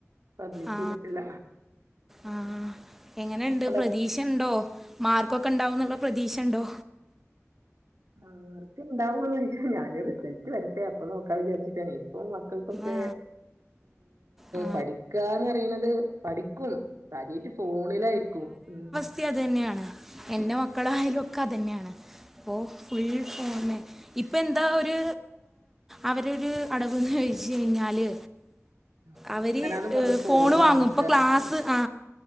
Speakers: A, on the right; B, in the centre.
A: പബ്ലിഷ്
B: ആ
A: ചെയ്തിട്ടില്ല
B: ആ എങ്ങനെയുണ്ട്
A: പിന്ന
B: പ്രതീക്ഷ ഉണ്ടോ മാർക്കൊക്കെ ഉണ്ടാവന്നുള്ള പ്രതീക്ഷ ഉണ്ടോ
A: ആഹ് ഉണ്ടാവന്ന് ചോദച്ചാൽ ഞാൻ റിസൾട്ട് വരട്ടെ അപ്പൊ നോക്കാൻ വിചാരിച്ചിട്ടാണ് ഇപ്പൊ മക്കൾക്കൊക്കെ
B: ആ, ആ,
A: പഠിക്കാന്ന് പറയണത് പഠി ക്കും കാര്യായിട്ട് ഫോണിലായിരിക്കും ഉം
B: ത്തെ അത് തന്നെയാണ് എൻ്റെ മക്കളായാലും ഒക്കെ അത് തന്നെയാണ് പ്പോ ഫുൾ ഫോൺ ഇപ്പം എന്താ ഒരു അവര ഒരു അടവന്ന് ചോദിച്ച കഴിഞ്ഞാല്
A: ആ പഠിക്കാനാന്നും
B: അവര്
A: പറഞ്ഞ്
B: ഫോണ് വാങ്ങും
A: വാങ്ങിക്ക
B: ഇപ്പൊ ക്ലാസ് ആ